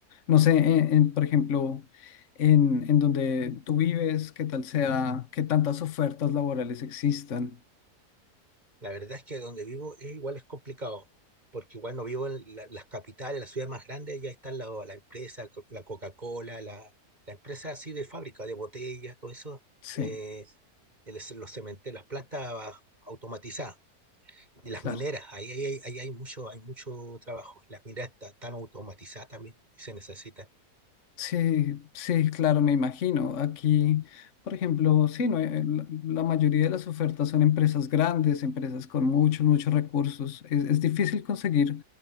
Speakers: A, on the left; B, on the right.
A: no sé, en, en, por ejemplo, en, en donde tú vives, qué tal sea, qué tantas ofertas laborales existan.
B: La verdad es que donde vivo es igual es complicado, porque igual no vivo en la- las capitales, las ciudades más grandes, ya están la, la empresa, co- la Coca-Cola, la, la empresa así de fábrica, de botellas, todo eso,
A: Sí,
B: eh, el- los cementerios, las plantas automatizadas y las
A: claro.
B: mineras, ahí, ahí, hay- ahí hay mucho, hay mucho trabajo. Las mineras ta- están automatizadas también y se necesitan.
A: Sí, sí, claro, me imagino. Aquí, por ejemplo, sí, no, eh, la la mayoría de las ofertas son empresas grandes, empresas con muchos, muchos recursos. Es, es difícil conseguir